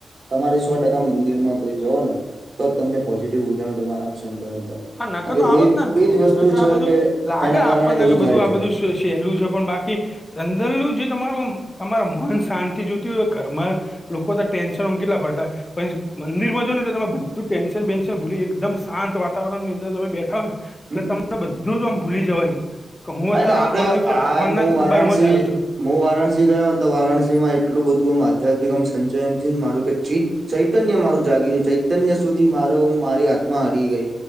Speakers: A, on the right; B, on the left.
A: તમારે
B: હમ
A: સો ટકા મુ મંદિરમાં કોઈ જો ને તો જ તમને પોઝિટિવ ઉર્જા નું તમારામાં સંચાલન થાય
B: હા ન
A: કારણ
B: કે તો આવ
A: એજ
B: જ નેને ગુરુ
A: એજ
B: ભાઈ
A: વસ્તુ
B: ને
A: છે
B: આ બધું
A: કે
B: લાગે
A: એના
B: આપણને
A: કારણે
B: કે બધું
A: થાય
B: આ
A: છે
B: બધું શું એટલું સેલુ છે પણ બાકી અંદરલું જે તમારું અમ તમારા મન શાંતિ જોતી હોય ઘરમાં લોકો તો ટેન્શન ઉમ કેટલા પડતા. પાહિ મંદિર માં જો ને તમે બધું ટેન્શન વેન્શન ભૂલી એકદમ શાંત વાત વાતાવરણ ની અંદર તમે બેઠા હોય ને એટલે
A: હમ
B: તમને બધું તો આમ ભૂલી જવાય એમ. કે હું
A: હા,
B: અત્યારે
A: એટલે આપડે
B: ઓનલી ફોર
A: આ
B: ભગવાન
A: હું
B: ના દરબારમાં
A: વારાણસી
B: જ આવ્યો છું.
A: હું વારાણસી ગયો તો વારાણસી માં એટલું બધું આમ આધ્યાત્મિક આમ સંચયન થીને મારું કે ચી ચૈતન્ય મારું જાગી ગયું ચૈતન્ય સુધી મારો મારી હાથમાં અડી ગઈ.